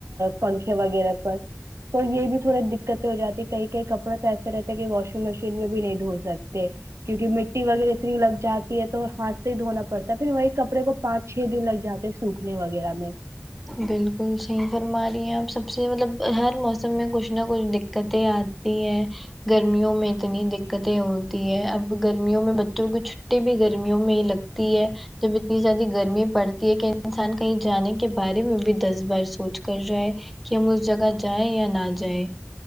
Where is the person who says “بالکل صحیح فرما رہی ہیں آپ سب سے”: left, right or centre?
Centre